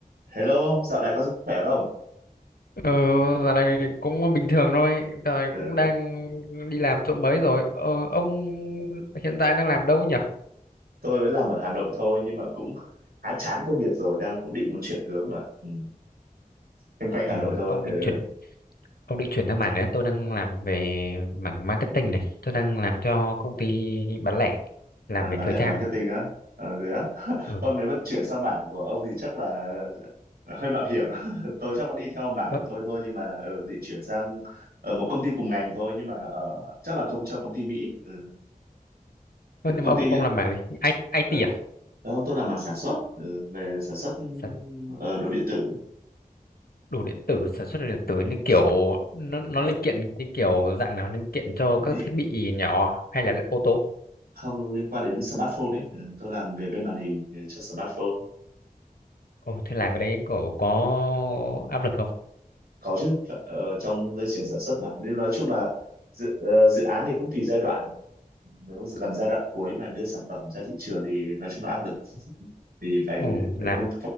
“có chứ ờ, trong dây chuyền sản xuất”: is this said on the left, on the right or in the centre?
Right